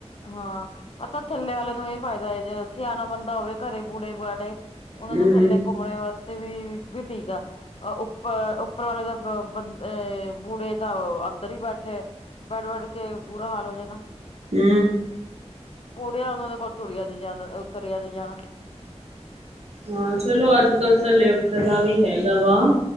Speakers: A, on the left; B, on the right.
A: ਹਾਂ ਪਤਾ, ਥੱਲੇ ਵਾਲਿਆਂ ਨੂੰ ਇਹ ਫਾਇਦਾ ਹੈ ਜੇ, ਸਿਆਣਾ ਬੰਦਾ ਹੋਵੇ ਘਰੇ ਬੂਟੇ ਬਾਟੇ ਉਹਨਾਂ
B: ਹੂੰ-ਹੂੰ
A: ਦਾ ਥੱਲੇ ਘੁੰਮਣੇ ਵਾਸਤੇ ਵੀ -ਵੀ ਠੀਕ ਆ, ਉੱਪਰ -ਉੱਪਰ ਵਾਲੇ ਦਾ ਬੰਦੇ ਬੂੜੇ ਤਾਂ, ਅੰਦਰ ਹੀ ਬੈਠੇ, ਬੈਠ -ਬੈਠ ਕੇ ਬੁਰਾ ਹਾਲ ਹੋ ਜਾਏਗਾ
B: ਹੂੰ!
A: ਕੁੜਿਆ ਉਹਨਾਂ ਦੇ ਕੋਲ ਤੁਰਿਆ ਨੀ ਜਾਂਦਾ ਤੁਰਿਆ ਨਹੀਂ ਜਾਣਾ।
B: ਹਾਂ! ਚਲੋ ਅੱਜ- ਕੱਲ ਤਾਂ ਲਿਫਟ ਦਾ ਵੀ ਹੈਗਾ ਵਾ